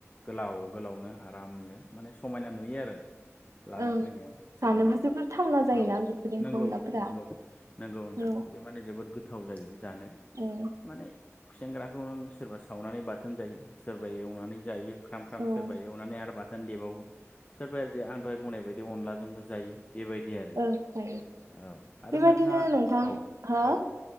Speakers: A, on the left (about 30°); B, on the right (about 85°).
A: गोलाव गोलावनो आरामनो माने समायना नुयो आरो। लाना
B: ओं
A: फैनायाव जों
B: जानोबो जोबोद थावना जायोना
A: औ
B: बेफोर एम्फौ
A: नंगौ-नंगौ-नंगौ
B: एनलाफोरा
A: नोंथां
B: औ ओं
A: बे माने जोबोद गो गोथाव जायो। जानो
B: औ
A: माने खुसेेंग्राखौ नों सोरबा सावनानै बाथोन जायो सोरबा एवनानै जायो। खाम-खाम
B: ओं
A: सोरबा एवनानै आरोबा बाथोन देबावो। सोरबाया जे आं दहाय बुंनाय बेबायदि अनलाजोंबो जायो। बेबायदि आरो
B: ओ जायो
A: औ आरो
B: बेबायदिनो
A: नोंथाङा
B: नोंथां
A: औ
B: हो
A: औ